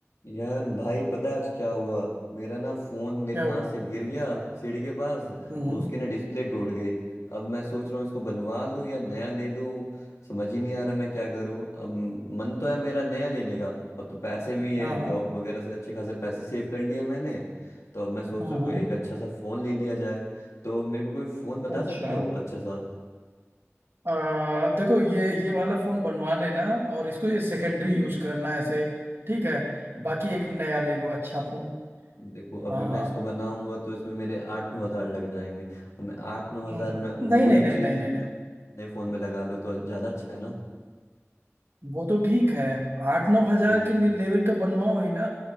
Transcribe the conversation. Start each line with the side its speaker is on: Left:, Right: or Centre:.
Left: यार भाई पता है आज क्या हुआ मेरा ना फोन मेरे
Right: क्या
Left: हाथ
Right: हुआ
Left: से गिर गया सीढ़ी के पास
Right: हम्म
Left: उसकी ना डिस्प्ले टूट गई अब मैं सोच रहा हूँ इसको बनवा लूँ या नया ले लूँ समझ ही नहीं आ रहा मैं क्या करूँ अब मन तो है मेरा नया लेने का अब तो पैसे भी हैं
Right: हाँ हाँ
Left: जॉब वगैरह से अच्छे खासे पैसे सेव कर लिए हैं मैंने तो अब मैं सोच
Right: हम्म
Left: रहा हूँ कोई एक अच्छा सा फोन ले लिया जाए तो मेरे को कोई फोन बता
Right: अच्छा
Left: सकते हो अच्छा सा
Right: आ, देखो ये ये वाला फोन बनवा लेना और इसको ये सेकेंडरी यूज करना ऐसे ठीक है
Left: हम्म।
Right: बाकी एक नया ले लो अच्छा फोन
Left: देखो अभी
Right: आ,
Left: मैं इसको बनाऊंगा तो इसमें मेरे आठ नौ हजार लग जाएंगे अब मैं आठ नौ हजार
Right: हम्म,
Left: में वही
Right: नहीं नहीं
Left: चीज
Right: नहीं नहीं नहीं
Left: मैं
Right: नहीं
Left: नए फोन में लगा लूँ तो ज्यादा अच्छा है ना
Right: वो तो ठीक है आठ नौ हजार
Left: हम्म
Right: के ले- लेवल का बनवाओ ही ना